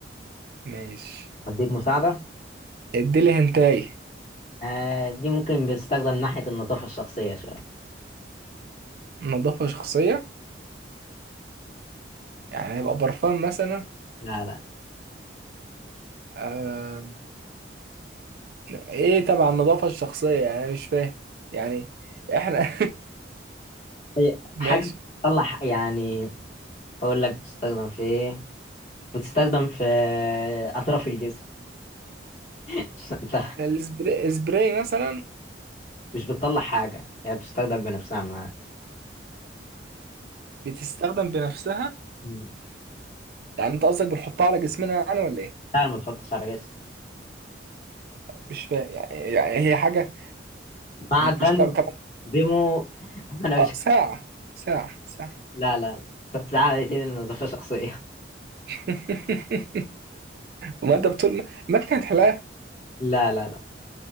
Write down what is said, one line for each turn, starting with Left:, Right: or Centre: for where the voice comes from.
Right: ماشي
Left: اديك مساعده
Right: اديلي هنتاي
Left: آه دي ممكن بتستخدم ناحيه النظافه الشخصيه شويه
Right: نظافة شخصية يعني هيبقى برفان مثلا
Left: لا لا
Right: آه ايه تبع النظافة الشخصية يعني أنا مش فاهم يعني احنا
Left: هي
Right: <laughs>
Left: حاجه
Right: ماشي
Left: بتطلع يعني اقول لك بتستخدم في ايه بتستخدم في اطراف الجسم <laughs> مش- انت
Right: السبراي السبراي مثلا
Left: مش بتطلع حاجه هي بتستخدم بنفسها ما
Right: بتستخدم بنفسها
Left: مم.
Right: يعني انت قصدك بنحطها على جسمنا يعني ولا ايه
Left: لا ما تحطش على جسم
Right: مش فاهم يعني يعني هي حاجة
Left: معدن
Right: مش تبع
Left: ديمو <laughs> انا
Right: اه
Left: مش
Right: ساعة ساعة ساعة
Left: لا لا بتتعامل على ايدين نظافة شخصية
Right: <laughs> ما انت بتقول ما ما كانت حلاقة
Left: <laughs> لا لا لا